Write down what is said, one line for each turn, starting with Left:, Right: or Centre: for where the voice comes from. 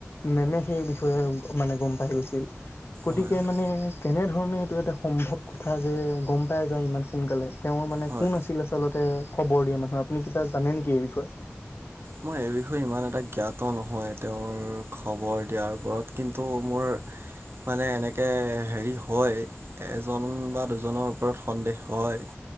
Left: মেমে সেই বিষয়ে মানে গম পাই গৈছিল। গতিকে
Right: হয়, হয়,
Left: মানে কেনেধৰণে এইটো এটা সম্ভৱ কথা যে গম পাই যায় ইমান সোনকালে তেওঁৰ মানে
Right: হয়
Left: কোন আছিল আচলতে খবৰ দিয়া মানুহ আপুনি কিবা জানে নেকি এই বিষয়ে?
Right: মই এই বিষয়ে ইমান এটা জ্ঞাত নহয় তেওঁৰ খবৰ দিয়াৰ ওপৰত কিন্তু মোৰ মানে এনেকে হেৰি হয়, এজন বা দুজনৰ ওপৰত সন্দেহ হয়।